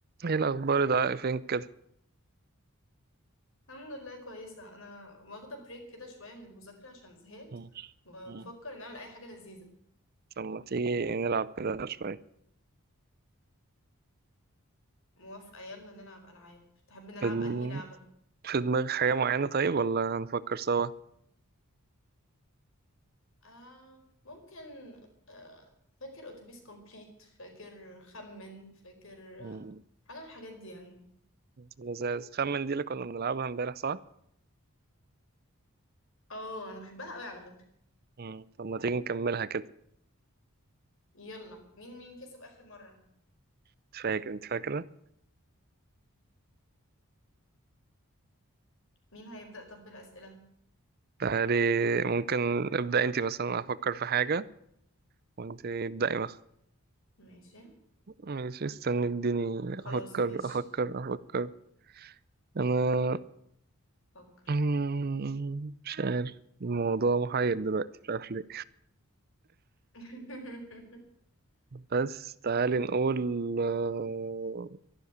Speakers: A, on the right (about 45°); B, on the left (about 60°).
A: ايه الاخبار يا دعاء فين كده
B: الحمد لله كويسة أنا واخدة بريك كده شوية من المذاكرة عشان زهقت
A: مم.
B: وبفكر
A: مم.
B: نعمل أي حاجة لذيذة
A: طب ما تيجي نلعب كده شويه
B: موافقة يلا نلعب ألعاب تحب نلعب
A: في دم-
B: أنهي لعبة؟
A: في دماغك حاجه معينه طيب ولا هنفكر سوا
B: آه ممكن آه فاكر أتوبيس كومبليت فاكر خمن فاكر
A: مم.
B: آه حاجة من الحاجات دي يعني
A: لذيذ خمن دي اللي كنا بنلعبها امبارح صح
B: اه أنا بحبها أوي على فكرة
A: مم. طب ما تيجي نكملها كده
B: يلا مين مين كسب آخر مرة؟
A: انت فاكر انت فاكره
B: مين هيبدأ طب بالأسئلة؟
A: تعالي ممكن ابدا انت مثلا افكر في حاجه وانت ابداي مثلا
B: ماشي
A: ماشي استني اديني
B: خلاص
A: افكر
B: ماشي
A: افكر افكر انا
B: فكر
A: مم، مش عارف الموضوع محير دلوقتي مش عارف ليه
B: <laughs>
A: بس تعالي نقول آه،